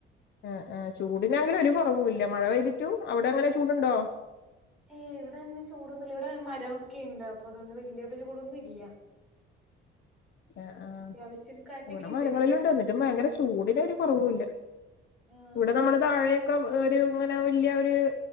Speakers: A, on the left; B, in the centre.
A: ആ ആ് ചൂടിനാങ്കിലും ഒരു കുറവ ഇല്ല മഴ പെയ്തിട്ടു അവിടെ അങ്ങനെ ചൂടുണ്ടോ?
B: ഏയ് ഇവിടെ അങ്ങനെ ചൂടൊന്നുമല്ല ഇവിടെ മരം ഒക്കെയുണ്ട് അപ്പൊ അതുകൊണ്ട് വലിയ ചൂട് കൂടൊന്നും ഇല്ല
A: ആ ആ
B: അത്യാവശ്യം കാറ്റൊക്കെയിണ്ട്
A: ഇവിടെ മരങ്ങളില
B: ഇങ്ങനെ.
A: ഉണ്ട്ന്നിട്ടും ഭയങ്കര ചൂടിന ഒരു കൊറവൂല്ല
B: ആഹ്.
A: ഇവിടെ നമ്മുടെ താഴെയൊക്കെ ഒരു ഇങ്ങനെ വല്യ ഒരു